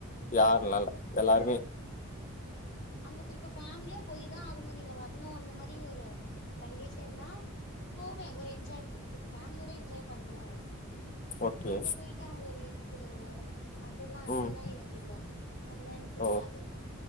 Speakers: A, on the left; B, on the left.
A: யாருல்லல்ல எல்லாருமே
B: ஆ அங்க போய் இப்ப ஃபேமிலியா போய்தா ஆகணு நீங்க வர்ணு அந்த மாரி ஒரு கண்டிஷன்னா போவே ஒரு என்ஜாய் சரி ஃபேமிலியோட என்ஜாய் பண்ணுவோ
A: ஓகே
B: அங்க போய்ட்டு அவங்கள வேண்டிக்றது அதெல்லா அந்தெல்லா
A: ம்
B: எனக்கு இல்ல அதுலா எனக் புடிக்காது
A: ஓ